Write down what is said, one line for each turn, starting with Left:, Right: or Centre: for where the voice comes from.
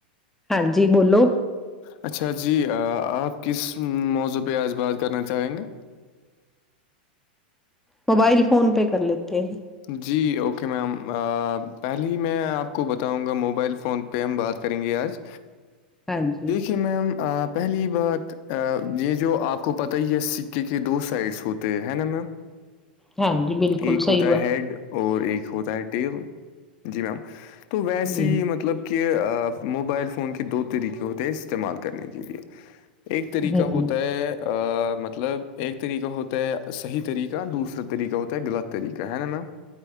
Centre: ہاں جی بولو
Left: اچھا جی آپ کس موضوع پہ آج بات کرنا چاہیں گے
Centre: موبائل فون پے کر لیتے ہیں
Left: جی اوکے میم پہلے ہی میں آپ کو بتاؤں گا موبائل فون پہ ہم بات کریں گے آج ج
Centre: ہاں جی
Left: کہ میم پہلی بات یہ جو آپ کو پتا ہی ہے سکے کے دو سائڈس ہوتے ہے نا میم
Centre: ہاں جی بالکل
Left: ایک
Centre: سی
Left: ہوتا ہیڈ اور ایک ہوتا ہے ٹیل جی میم تو ویسیے
Centre: نے جی
Left: ہی مطلب کہ موبائل فون کے دو طریقے ہوتے استعمال کرنے کے لیے ایک طریقہ
Centre: ہ
Left: ہوتا ہے مطلب ایک طریقہ ہوتا ہے صحیح طریقہ دوسرا طریقہ ہوتا ہے غلط طریقہ کہ ہے نا میم